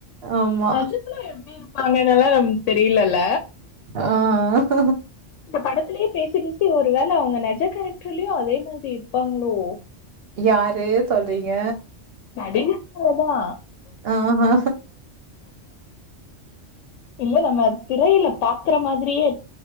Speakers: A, on the right; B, on the left.
A: ஆமா.
B: ரஜினிலா எப்டி இருப் அவுங்க <unintelligible> தெரிலல
A: ஆஹ்
B: படத்துலயே பேசி பேசி ஒரு வேல அவுங்க நெஜ கேரெக்டர்லயோ அதே மாரி இருப்பாங்ளோ
A: யாரு சொல்றீங்க
B: நடிகர்கள தா
A: ஆஹ்ஹ
B: இல்ல நம்ம திரையில பாக் இருக்குற மாரியே